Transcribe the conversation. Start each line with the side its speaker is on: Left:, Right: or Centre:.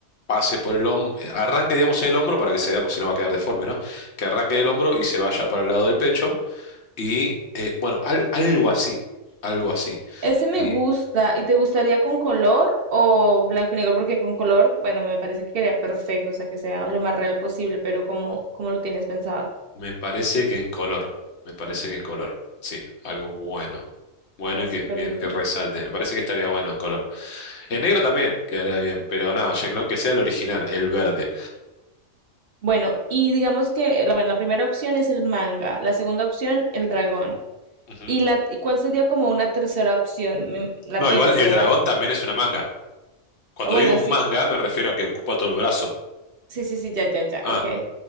Left: pase por el hombro, arranque, digamos, en el hombro para que se vea, pues si no va a quedar deforme, ¿no? Que arranque en el hombro y se vaya para el lado del pecho y, eh, bueno, al- algo así, algo así.
Right: Ese me
Left: Y
Right: gusta. ¿Y te gustaría con color o blanco y negro? Porque con color, bueno, me parece que quedaría perfecto, o sea, que sea lo más real posible, pero cómo cómo lo tienes pensado?
Left: Me parece que en color, me parece que en color, sí, algo bueno, bueno
Right: Eh,
Left: y
Right: súper
Left: que bien,
Right: lindo.
Left: que resalte, me parece que estaría bueno en color. En negro también quedaría bien, pero no, Shenlong que sea el original, el verde.
Right: Bueno, y digamos que, la- bueno, la primera opción es el manga, la segunda opción el dragón.
Left: Ujú.
Right: ¿Y la, y cuál sería como una tercera opción? Me- La
Left: No,
Right: tienes,
Left: igual el
Right: ¿verdad?
Left: dragón también es una manga. Cuando
Right: Ah, Bueno,
Left: digo un
Right: sí,
Left: manga me refiero a que ocupa todo el brazo.
Right: sí, sí, sí, ya, ya, ya,
Left: Ah,
Right: ok.